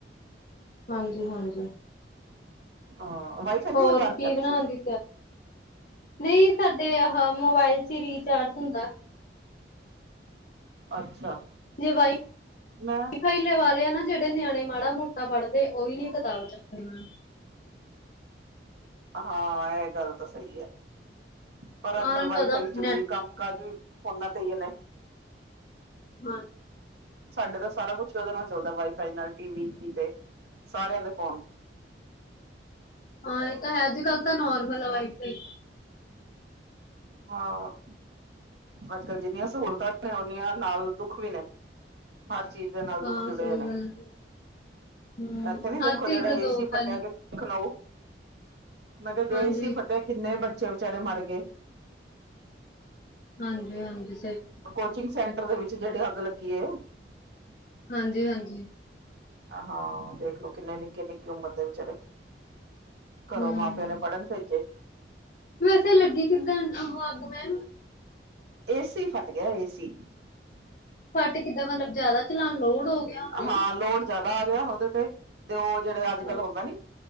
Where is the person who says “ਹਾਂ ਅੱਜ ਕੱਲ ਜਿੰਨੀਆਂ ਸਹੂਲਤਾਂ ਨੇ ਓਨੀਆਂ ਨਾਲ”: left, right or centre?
Right